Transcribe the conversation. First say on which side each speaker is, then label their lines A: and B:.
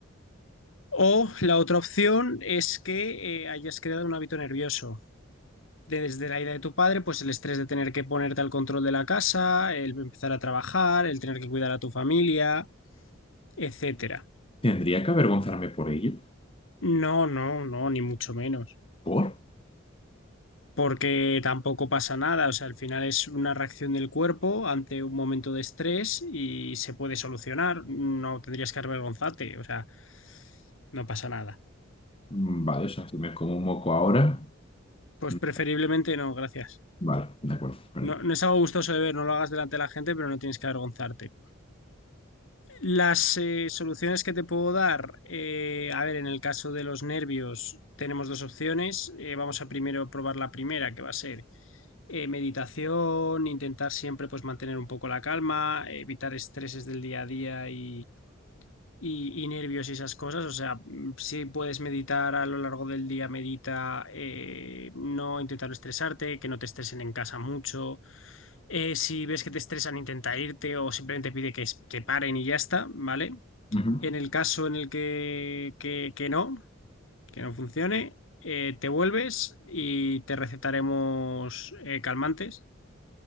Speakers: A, on the left; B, on the left.
A: O la otra opción es que eh, hayas creado un hábito nervioso. Desde la ida de tu padre, pues el estrés de tener que ponerte al control de la casa, el empezar a trabajar, el tener que cuidar a tu familia, etcétera.
B: tendría que avergonzarme por ello.
A: No, no, no, ni mucho menos.
B: ¿Por?
A: porque tampoco pasa nada, o sea, al final es una reacción del cuerpo ante un momento de estrés y se puede solucionar, no tendrías que avergonzarte, o sea, no pasa nada.
B: Mm, Vale, o sea, si me como un moco ahora.
A: Pues
B: mm,
A: preferiblemente no, gracias.
B: Vale, de acuerdo, perdón.
A: No, no es algo gustoso de ver, no lo hagas delante de la gente, pero no tienes que avergonzarte. Las eh, soluciones que te puedo dar, eh, a ver, en el caso de los nervios tenemos dos opciones. Eh, vamos a primero probar la primera, que va a ser eh, meditación, intentar siempre pues mantener un poco la calma, evitar estreses del día a día y, y, y nervios y esas cosas. O sea, mm, si puedes meditar a lo largo del día, medita, eh, no intentar no estresarte, que no te estresen en casa mucho. Eh, si ves que te estresan, intenta irte o simplemente pide que s- que paren y ya está, ¿vale?
B: Ujú.
A: En el caso en el que, que, que no, que no funcione. eh, te vuelves y te recetaremos eh, calmantes